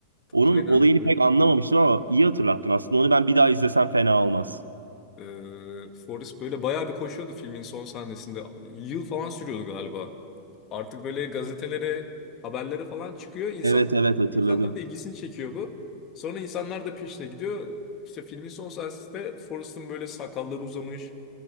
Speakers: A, on the right; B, on the left.
A: Onun
B: Aynen.
A: olayını pek anlamamıştım ama iyi hatırlattın aslında. Onu ben bir daha izlesem fena olmaz.
B: Ee, Forrest böyle bayağı bir koşuyordu filmin son sahnesinde. Yıl falan sürüyordu galiba. Artık böyle gazetelere, haberlere falan çıkıyor. İnsan,
A: Evet evet hatırladım.
B: insanların ilgisini çekiyor bu. Sonra insanlar da peşine gidiyor. İşte filmin son sahnesinde Forrest'ın böyle sakalları uzamış,